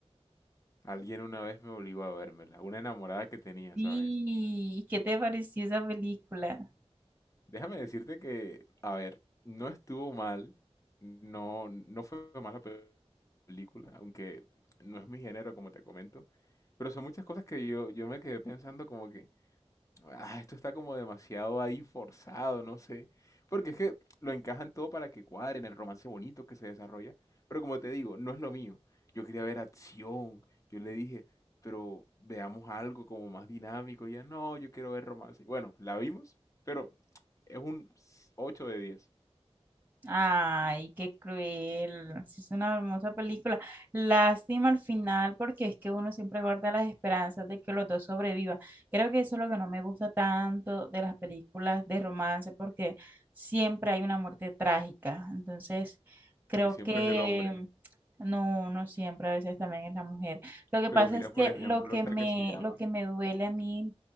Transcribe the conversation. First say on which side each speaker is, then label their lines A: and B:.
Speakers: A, on the left; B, on the right.
A: Alguien una vez me obligó a vérmela, una enamorada que tenía,
B: Sí.
A: ¿sabes?
B: ¿Y qué te pareció esa película?
A: Déjame decirte que, a ver, no estuvo mal, no, no fue mala pe- película, aunque no es mi género, como te comento, pero son muchas cosas que yo, yo me quedé pensando como que, Ah, esto está como demasiado ahí forzado, no sé. Porque es que lo encajan todo para que cuadren el romance bonito que se desarrolla. Pero como te digo, no es lo mío. Yo quería ver acción. Yo le dije, pero veamos algo como más dinámico. Y ella, no, yo quiero ver romance. Bueno, la vimos, pero es un ocho de diez
B: Ay, qué cruel. Sí, es una hermosa película. Lástima al final porque es que uno siempre guarda las esperanzas de que los dos sobrevivan. Creo que eso es lo que no me gusta tanto de las películas de romance porque siempre hay una muerte trágica. Entonces, creo
A: Y siempre
B: que
A: es el hombre.
B: no, no siempre, a veces también es la mujer. Lo que
A: Pero
B: pasa
A: mira,
B: es que
A: por ejemplo,
B: lo que
A: esta
B: me,
A: que se llama
B: lo que me duele a mí